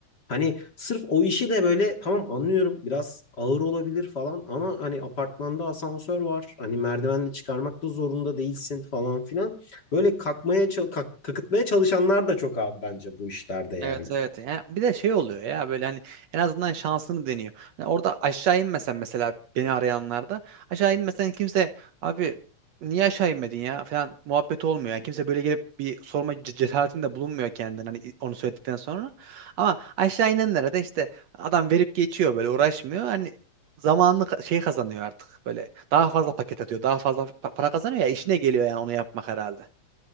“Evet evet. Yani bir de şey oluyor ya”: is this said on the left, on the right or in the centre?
Right